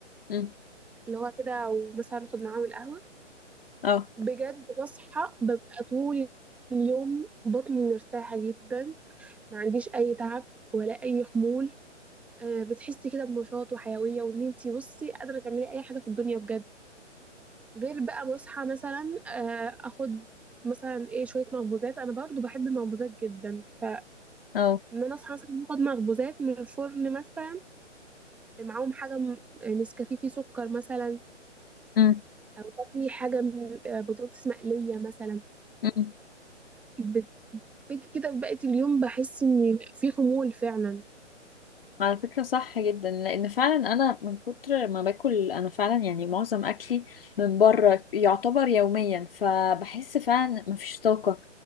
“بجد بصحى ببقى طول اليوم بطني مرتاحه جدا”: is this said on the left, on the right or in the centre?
Centre